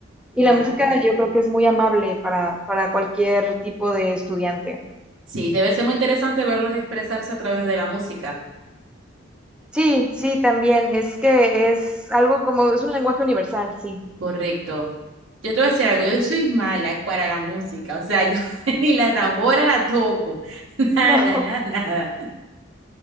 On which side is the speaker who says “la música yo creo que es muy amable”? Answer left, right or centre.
Centre